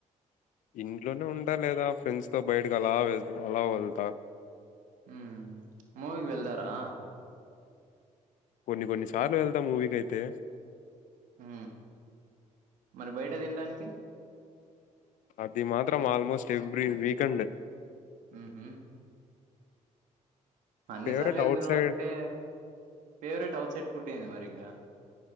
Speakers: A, on the left (about 75°); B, on the right (about 85°).
A: ఇంట్లోనే ఉంటా లేదా ఫ్రెండ్స్తో బయటకు అలా వెళ్తా అలా వెళ్తా.
B: ఉ మూవికి వెళ్తారా
A: కొన్ని కొన్ని సార్లు వెళ్తా మూవీకి అయితే
B: ఉ మరి బయట తినడానికి
A: అది మాత్రం ఆల్మోస్ట్ ఎవ్రీ వీకెండ్
B: ఉహు అన్నిసార్లు
A: ఫేవరెట్
B: వెళ్తున్నావు
A: అవుట్ సైడ్
B: అంటే ఫేవరెట్ అవుట్ సైడ్ ఫుడ్ ఏంది మరి ఇంకా.